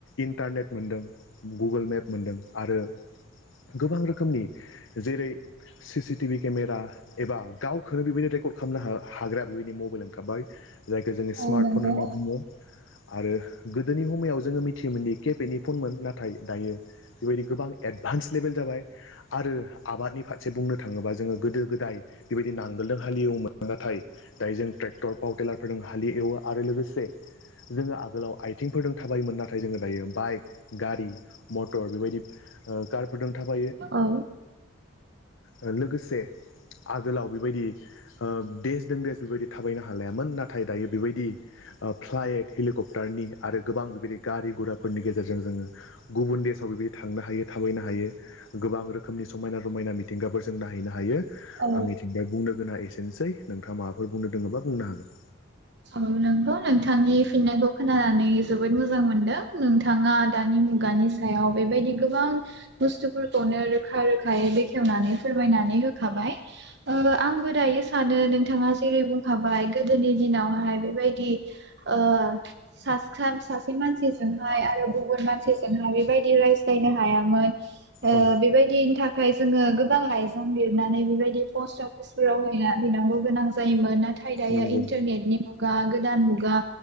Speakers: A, on the left (about 70°); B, on the right (about 55°).
A: इन्टारनेट मोनदों गुगोल मेप मोनदों आरो गोबां रोखोमनि जेरै सि टि भि केमेरा एबा गावखौनो बेबायदि रेकर्ड खालामनो हा हाग्रा बेबायदि मबाइल ओंखारबाय जायखौ जोङो
B: औ
A: स्मार्टफन
B: नंगौ
A: होनना बुङो आरो गोदोनि हमयाव जोङो मिथियोमोनदि केपेतनि फनमोन नाथाय दायो बेबायदि गोबां एडभान्स लेभेल जाबाय आरो आबादनि फारसे बुंनो थाङोब्ला जोङो गोदो गोदाय बेबायदि नांगोलजों हालेवोमोन नाथाय दायो जों ट्रेक्टर पावारटेलारफोरजों हालि एवो आरो लोगोसे जोङो आगोलाव आइथिंफोरजों थाबायोमोन नाथाय जोङो दायो बाइक गारि मटर बेबायदि ओ कारफोरदों थाबा
B: औ
A: ओ लोगोसे आगोलाव बेबायदि ओ देस दों देस बेबायदि थाबायनो हालायामोन नाथाय दायो बेबायदि फ्लाइट हेलिकप्टारनि आरो गोबां बेबायदि गारि गुराफोरनि गेजेरजों जोङो गुबुन देशाव बेबायदि थांनो हायो थाबायनो हायो। गोबां रोखोमनि समायना रमायना मिथिंगफोर जों नायहैनो हायो
B: औ
A: आंनिथिंजाय बुंनो गोनाङा एसे नोसै नोंथाङा माबाफोर बुंनो दोङोबा बुंनो हागोन
B: औ नोंथौ नोंथांनि फिननायखौ खोनानानै जोबोद मोजां मोनदों नोंथाङा दानि मुगानि सायाव बेबायदि गोबां बुस्थुफोरखौनो रोखा रोखायै बेखेवनानै फोरमायनानै ओ आंबो दायो सानो नोंथाङा जेरै बुंखाबाय गोदोनि दिनावहा य बेबायदि ओ साथाम सासे मानसि जोंहाय आरो गुबुन मान सिजोंहाय बेबायदि रायज्लायनो हायामोन ओ
A: औ
B: बेबायदिनि थाखाय जोङो गोबां लाइजाम लिरनानै बेबायदि पस्ट अफिसफोराव हैयना हैनांगौ गोनां जायोमोन नाथाय दायो
A: नंगौ
B: इन्टारनेटनि मुगा गोदान मुगा